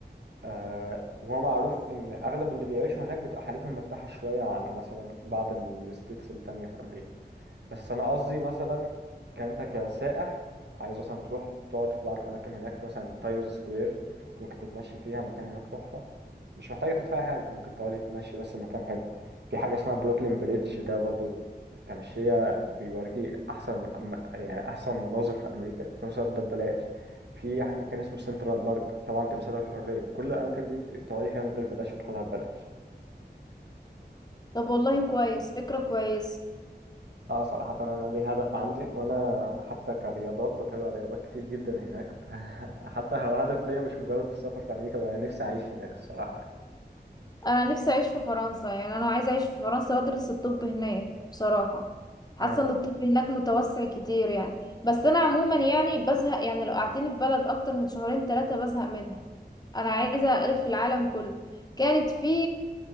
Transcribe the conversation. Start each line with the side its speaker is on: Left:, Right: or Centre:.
Right: آه وهو معروف ان اغلب اللي بيعيشوا هناك بتبقى حالتهم مرتاحة شوية عن مثلا بعض الستيتس التانية في امريكا بس انا قصدي مثلا كانت كسائح عايز مثلا تروح تقعد في بعض الاماكن هناك في مثلا تايمز سكوير ممكن تتمشي فيها مكان هناك تحفه مش محتاجه تدفع حاجه ممكن تقعد تتمشي بس المكان حلو في حاجه اسمها بروكلين بريدج ده برضو تمشيه بيوريكي احسن م- يعني احسن مناظر في امريكا وفي نفس الوقت ده ببلاش في مكان اسمه سنترال بارك طبعا تمثال الحريه كل الاماكن دي انت تقعدي فيها من غير بلاش وتاخدها ببلاش
Left: طب والله كويس فكرة كويسة
Right: اه صراحة أنا ليه هدف عندي وأنا حتى كرياضات بتابع رياضات كتير جدا هناك <laughs> فحتى هو هدف ليا مش مجرد السفر في أمريكا بقى نفسي أعيش هناك الصراحة يعني
Left: انا نفسي اعيش في فرنسا يعني انا عايزه اعيش في فرنسا وادرس الطب هناك بصراحه حاسه
Right: اه
Left: ان الطب هناك متوسع كتير يعني بس انا عموما يعني بزهق يعني لو قعدتني في بلد اكتر من شهرين ثلاثه بزهق منها انا عايزه الف في العالم كله كانت في